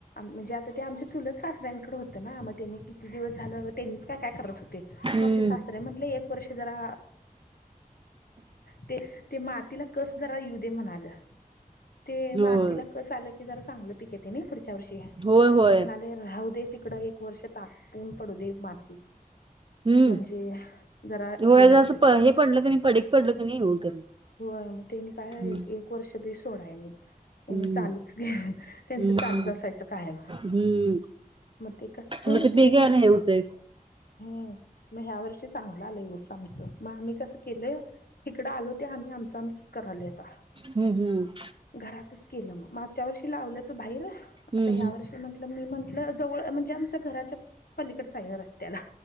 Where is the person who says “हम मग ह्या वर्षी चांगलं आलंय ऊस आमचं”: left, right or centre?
Left